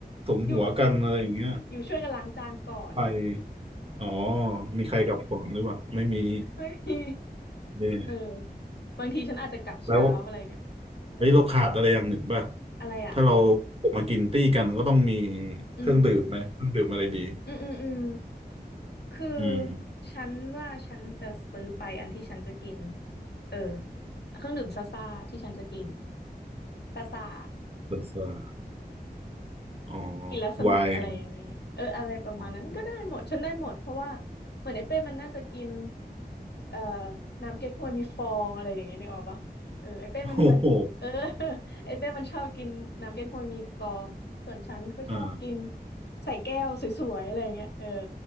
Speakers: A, on the right (about 35°); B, on the left (about 85°).
A: สมหัวกันอะไรอย่างเงี้ย
B: อยู่อยู่ช่วยกันล้างจานก่อน
A: ไปอ๋อมีใครกลับก่อนหรือเปล่าไม่มี
B: <laughs> ไม่มี
A: เนี่ย
B: เออบางทีฉันอาจจะกลับเช้าอะไรเงี้ย
A: แล้ว
B: เออ
A: เฮ้ยเราขาดอะไรอย่างหนึ่งป่ะ
B: อะไรอ่ะ
A: ถ้าเราจะมากินตี้กันก็ต้องมี
B: อืม
A: เครื่องดื่มไหมเครื่องดื่มอะไรดี
B: อืมอืมอืม คือ
A: อืม
B: ฉันว่าฉันจะซื้อไปอันที่ฉันจะกินเออเครื่องดื่มซ่าซ่าที่ฉันจะกินซ่าซ่า <laughs>
A: เบียร์อ๋อ
B: กินแล้วสนุกอะไรอย่างนี้เอออะไรประมาณนั้นก็ได้หมดฉันได้หมดเพราะว่า
A: ไวน์อ๋อ
B: เหมือนไอ้เป้มันน่าจะกินเอ่อน้ำเก๊กฮวยมีฟองอะไรอย่างเงี้ยนึกออกปะเออไอ้เป้มันมันเออ
A: โอ้โห
B: <laughs> ไอ้เป้มันชอบกินน้ำเก๊กฮวยมีฟองส่วนฉันก็ชอบกิน
A: อ่า
B: ใส่แก้วสวยๆอะไรอย่างเงี้ยเออ